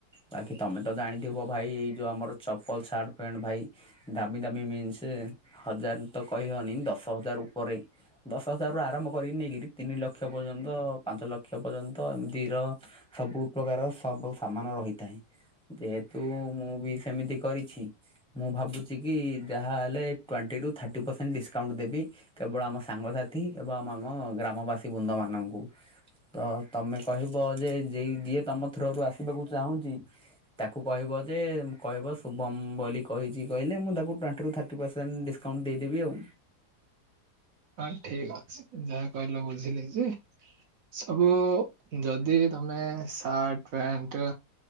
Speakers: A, in the centre; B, on the right.
A: ବାକି ତମେ ତ ଜାଣିଥିବ ଭାଇ ଏଇ ଯୋଉ ଆମର ଚପଲ ସାର୍ଟ ପ୍ୟାଣ୍ଟ ଭାଇ ଦାମୀ ଦାମୀ ମିନ୍ସ ହଜାର ତ କହିହେନି ଦଶ ହଜାର ଉପରେ। ଦଶ ହଜାର ରରୁ ଆରମ୍ଭ କରିକି ନେଇ କିରି ତିନି ଲକ୍ଷ ପର୍ଯ୍ୟନ୍ତ ପାଞ୍ଚ ଲକ୍ଷ ପର୍ଯ୍ୟନ୍ତ ଏମିତିର ସବୁ ପ୍ରକାର ସବୁ ସମାନ ରହିଥାଏ। ଯେହେତୁ ମୁଁ ବି ସେମିତି କରିଛି ମୁଁ ଭାବୁଛି କି ଯାହା ହେଲେ ଟ୍ୱେଣ୍ଟି ରୁ ଥାର୍ଟି ପରସେଣ୍ଟ ଡିସକାଉଣ୍ଟ ଦେବି କେବ ଆମ ସାଙ୍ଗସାଥିୀ ଏବଂ ଆମ -ଆମ ଗ୍ରାମ ଆମବାସୀ ବୃନ୍ଦମାନଙ୍କୁ। ତ ତମେ କହିବ ଯେ ଜେଇ ଯିଏ ତମ ଥରରୁ ଆସିବାକୁ ଚାହୁଁଛି ତାକୁ କହିବ ଯେ କହିବ ଶୁଭମ ବୋଲି କହିଛି କହିଲେ ମୁଁ ତାକୁ ଟଣ୍ଟିରୁ ଥାର୍ଟି ପରସେଣ୍ଟଡ଼ିସ କାଉଣ୍ଟ ଦେଇଦେବି ଆଉ।
B: ହଁ ଠିକ ଅଛି ଯାହା କହିଲ ବୁଝିଲି ଯେ ସବୁ ଯଦି ତମେ ସାର୍ଟ ପ୍ୟାଣ୍ଟ